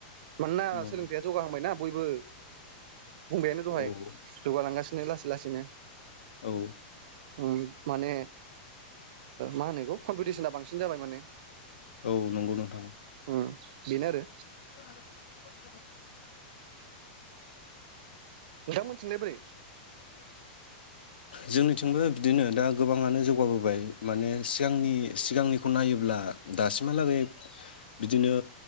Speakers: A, on the right; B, on the left.
A: मानोना
B: नंगौ
A: सोलोंथाइया जौगाहांबायना। बयबो बुंंबायानो दहाय
B: औ
A: जौगालांगासिनो नो लासै लासैनो
B: औ।
A: उम माने मा होनो एखौ कम्पिटिसना बांसिन सिन जाबाय माने।
B: औ नंगौ नोंथां।
A: उम बेनो आरो
B: <inaudible>
A: नोंथांमोनथिलाय बोरै?
B: जोंनिथिंबो बिदिनो दा गोबाङानो जौगाबोबाय माने सिगांनि सिगांनिखौ नायोब्ला दासिमहालागै बिदिनो